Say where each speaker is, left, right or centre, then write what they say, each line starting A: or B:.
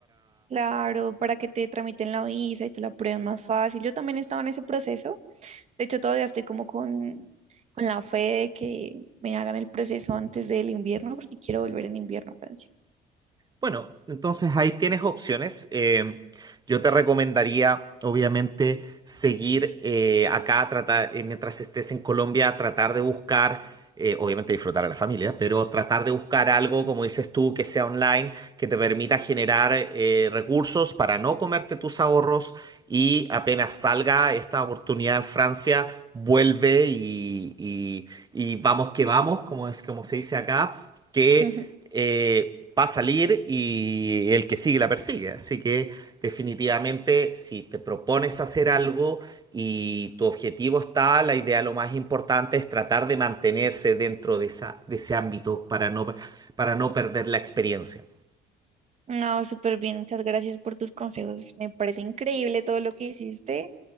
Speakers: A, on the right (about 40°); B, on the right (about 25°).
A: Claro, para que te tramiten la visa y te la aprueben más fácil. Yo también estaba en ese proceso. De hecho, todavía estoy como con, con la fe de que me hagan el proceso antes del invierno, porque quiero volver en invierno a Francia.
B: Bueno, entonces ahí tienes opciones. Eh, yo te recomendaría, obviamente, seguir eh, acá, tratar, eh, mientras estés en Colombia, tratar de buscar, eh, obviamente disfrutar a la familia, pero tratar de buscar algo, como dices tú, que sea online, que te permita generar eh, recursos para no comerte tus ahorros y apenas salga esta oportunidad en Francia, vuelve y, y- y vamos que vamos, como es, como se dice acá. que
A: Ujú.
B: eh, va a salir y el que sigue la persigue. Así que definitivamente si te propones hacer algo y tu objetivo está, la idea lo más importante es tratar de mantenerse dentro de esa, de ese ámbito para no, para no perder la experiencia.
A: No, súper bien, muchas gracias por tus consejos. Me parece increíble todo lo que hiciste